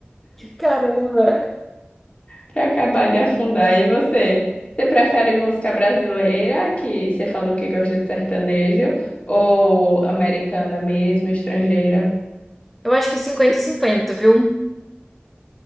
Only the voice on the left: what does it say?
pra acabar de afundar. E você? Você prefere música brasileira, que você falou que gosta de sertanejo, ou americana mesmo, estrangeira?